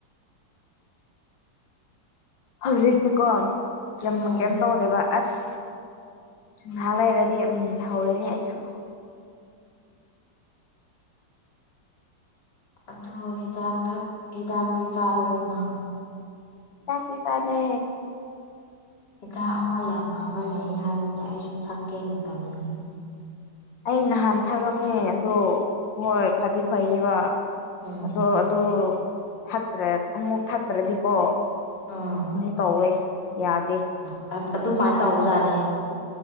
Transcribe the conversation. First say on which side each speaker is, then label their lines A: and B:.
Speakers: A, on the left; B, on the left.
A: ꯍꯧꯖꯤꯛꯇꯤꯀꯣ ꯀ꯭ꯌꯥꯝ
B: ꯎꯝ
A: ꯀꯩꯝ ꯇꯧꯗꯦꯕ ꯑꯁ ꯉꯍꯥꯛ ꯂꯩꯔꯗꯤ ꯎꯝ ꯍꯧꯔꯅꯤ ꯑꯩꯁꯨ
B: ꯑꯗꯨ ꯍꯤꯗꯥꯛ ꯊꯛ ꯍꯤꯗꯥꯛꯇꯤ ꯆꯥꯗ꯭ꯔꯣ ꯅꯪ
A: ꯍꯤꯗꯥꯛꯇꯤ ꯆꯥꯗ꯭ꯔꯦ
B: ꯍꯤꯗꯥꯛ ꯑꯃ ꯌꯥꯝ ꯐꯕ ꯂꯩꯌꯦ ꯍꯥꯏꯕꯅꯦ ꯑꯩꯁꯨ ꯊꯛꯀꯦꯅ ꯇꯧꯔꯤꯅꯤ
A: ꯑꯩ ꯅꯍꯥꯟ ꯊꯛꯔꯝꯃꯦ ꯑꯗꯣ ꯍꯣꯏ ꯐꯗꯤ ꯐꯩꯌꯦꯕ
B: ꯎꯝ
A: ꯑꯗꯣ ꯑꯗꯨ ꯊꯠꯇ꯭ꯔꯦ ꯑꯃꯨꯛ ꯊꯠꯇ꯭ꯔꯗꯤꯀꯣ
B: ꯎꯝ
A: ꯑꯃꯨꯛ ꯇꯧꯋꯦ ꯌꯥꯗꯦ
B: <unintelligible> ꯑꯗꯨꯃꯥꯏꯅ ꯇꯧꯕꯖꯥꯠꯅꯤ